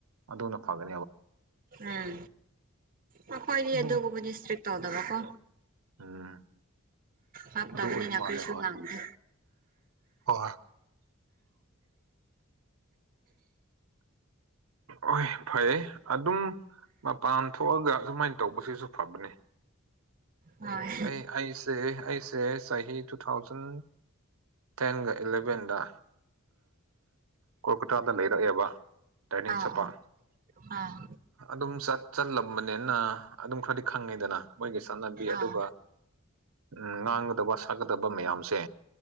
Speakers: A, on the right (about 85°); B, on the right (about 45°).
A: ꯑꯗꯨꯅ ꯐꯒꯅꯤ
B: ꯎꯝ ꯃꯈꯣꯏꯒꯤ
A: ꯑꯗꯨ
B: ꯑꯗꯨꯒꯨꯝꯕꯗꯤ ꯏꯁꯇ꯭ꯔꯤꯛ ꯇꯧꯗꯕꯀꯣ
A: ꯎꯝ
B: ꯍꯥꯞ
A: ꯑꯗꯨ
B: ꯇꯥꯕꯅꯤ
A: ꯑꯣꯏꯕ
B: ꯅ
A: ꯃꯥꯜꯂꯦ
B: ꯀꯔꯤꯁꯨꯨ ꯉꯥꯡꯗꯦ
A: ꯍꯣꯏ ꯍꯣꯏ ꯍꯣꯏ ꯐꯩꯌꯦ ꯑꯗꯨꯝ ꯃꯄꯥꯟ ꯊꯣꯛꯑꯒ ꯑꯗꯨꯃꯥꯏꯅ ꯇꯧꯕꯁꯤꯁꯨ ꯐꯕꯅꯦ
B: ꯍꯣꯏ
A: ꯑꯩ ꯑꯩꯁꯦ ꯑꯩꯁꯦ ꯆꯍꯤ ꯇꯨ ꯊꯥꯎꯖꯟ ꯇꯦꯟꯒ ꯏꯂꯚꯦꯟꯗ ꯀꯣꯜꯀꯇꯥꯗ ꯂꯩꯔꯛꯑꯦꯕ ꯇꯔꯦꯅꯤꯡ
B: ꯑꯥ
A: ꯆꯠꯄ
B: ꯑꯣ ꯑꯥ
A: ꯑꯗꯨꯝ ꯆꯠ ꯆꯠꯂꯝꯕꯅꯤꯅ ꯑꯗꯨꯝ ꯈꯔꯗꯤ ꯈꯪꯉꯤꯗꯅ ꯃꯣꯏꯒꯤ ꯆꯕꯤ ꯑꯗꯨꯒ
B: ꯑꯥ
A: ꯎꯝ ꯉꯥꯡꯒꯗꯕ ꯁꯛꯒꯗꯕ ꯃꯌꯥꯝꯁꯦ